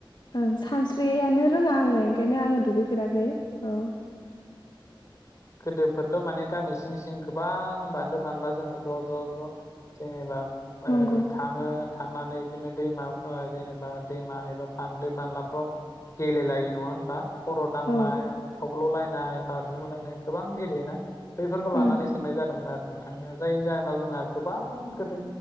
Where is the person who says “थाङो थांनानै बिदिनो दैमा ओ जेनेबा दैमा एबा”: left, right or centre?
Left